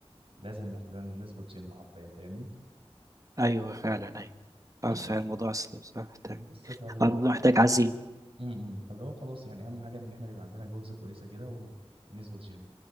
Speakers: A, on the right; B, on the right.
A: لازم ناخد لنا نظبط جيم حرفيا فاهمني
B: ايوه فعلا ايوه بس
A: <clears throat>
B: فعلا الموضوع اصلا بس محتاج
A: بس فاللي
B: الموضوع
A: هو
B: محتاج عزيمة
A: م- م. فاللي هو خلاص يعني اهم حاجه ان احنا يبقى عندنا جولز كويسه كده و- ونظبط جيم